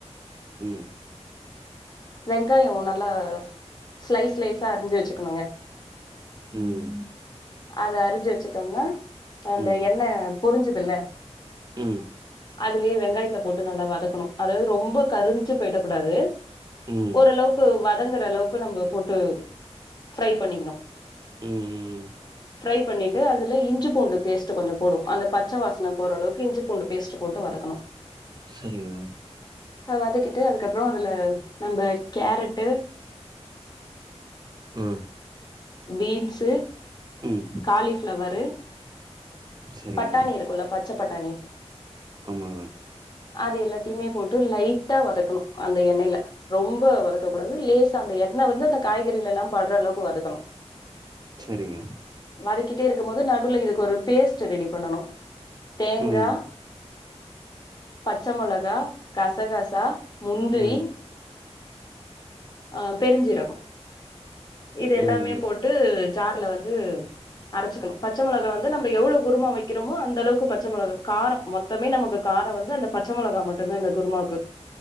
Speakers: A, on the right; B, on the left.
A: ம்
B: வெங்காய நல்லா சிலைஸ் சிலைஸா அறிஞ்சு வச்சுக்கணுங்க
A: ம்
B: அத அறிஞ்சு வச்சுட்டோம்னா அந்த
A: ம்
B: என்ன பொரிஞ்சதுல
A: ம்
B: அதுலயே வெங்காயத்த போட்டு நல்லா வதக்கணும் அதாவது ரொம்ப கருஞ்சு போயிட கூடாது
A: ம் ம்
B: ஓரளவுக்கு வதங்குற அளவுக்கு நம்ம போட்டு ஃபிரை பண்ணிக்கணும்
A: ம் ம்
B: ஃப்ரை பண்ணிட்டு அதுல இஞ்சி பூண்டு பேஸ்ட் கொஞ்ச போடும் அந்த பச்ச வாசன போற அளவுக்கு இ்ஞ்சிபூண்டு பேஸ்ட் போட்டு வதக்கணும்
A: சரிங்க
B: வதக்கிட்டு அதுக்கப்புறம் அதுல நம்பா கேரட்டு
A: ம்
B: பீன்ஸு
A: ம்
B: காலிஃபிளவரு
A: சரிங்க
B: பட்டாணி இருக்குல்ல பச்ச பட்டாணி
A: ஆமா
B: அது எல்லாத்திமே போட்டு லைட்டா வதக்கணு அந்த எண்ணெயில ரொம்ப வதக்க கூடாது லேசா அந்த எண்ணெ வந்து காய்கறிலலாம் பட்ற அளவுக்கு வதக்கணு
A: செரிங்க
B: வதக்கிட்டே இருக்கும் போது நடுல இதுக்கு ஒரு பேஸ்ட் ரெடி பண்ணணு தேங்கா
A: ம்
B: பச்ச மொளகா கசகாசா முந்திரி
A: ம்
B: ஆ பெருஞ்சிரகோ இது
A: ம்
B: எல்லாமே போட்டு ஜார்ல வந்து அரச்சிகணு பச்ச மொளக வந்து நம்ப எவ்ளோ குருமா வைக் வக்கிறமோ அந்த அளவுக்கு பச்ச அந்தளவுக்கு பச்ச மொளகா காரோ மொத்தமே நமக்கு காரம் வந்து அந்த பச்ச மொளகா மட்டுதா இந்த குருமாக்கு